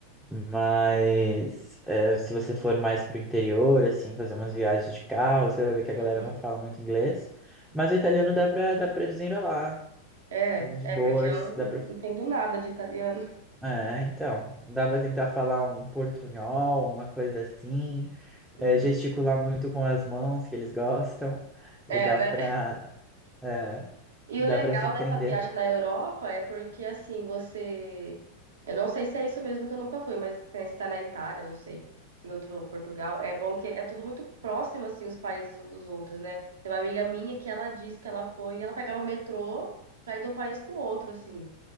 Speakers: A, in the centre; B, on the right.
A: Mas é, se você for mais pro interior, assim, fazer umas viagens de carro, você vai ver que a galera
B: Uhum.
A: não fala muito inglês. Mas o italiano dá pra, dá pra desenrolar,
B: É,
A: de
B: é
A: boas,
B: porque eu não
A: dá
B: não
A: pra...
B: entendo nada de italiano.
A: É, então, dá pra tentar falar um portunhol, uma coisa assim, é,
B: Uhum.
A: gesticular muito com as mãos, que eles gostam, e
B: É,
A: dá
B: né?
A: pra, é,
B: E
A: dá
B: o legal
A: pra se entender.
B: dessa viagem na Europa é porque assim, você. Eu não sei se é isso mesmo que eu nunca fui, mas que nem você tá na Itália, eu não sei, em outro Portugal. É bom que é tudo muito próximo, assim, os países uns dos outros, né? Tem uma amiga minha que ela disse que ela foi e ela pegava metrô pra ir de um país pro outro, assim.